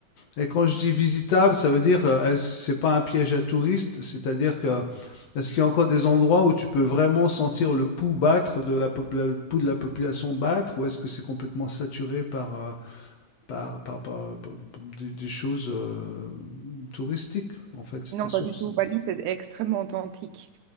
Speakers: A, on the left (about 60°); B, on the right (about 75°).
A: Et quand je dis visitable, ça veut dire euh, c'est pas un piège à touristes, c'est-à-dire que est-ce qu'il y a encore des endroits où tu peux vraiment sentir le pouls battre de la, pop- la- le pouls de la population battre, ou est-ce que c'est complètement saturé par euh, par, par- par- par- des, des choses euh, touristiques en fait, c'était
B: Non,
A: surtout
B: pas du tout.
A: ça.
B: Bali, c'est extrêmement authentique.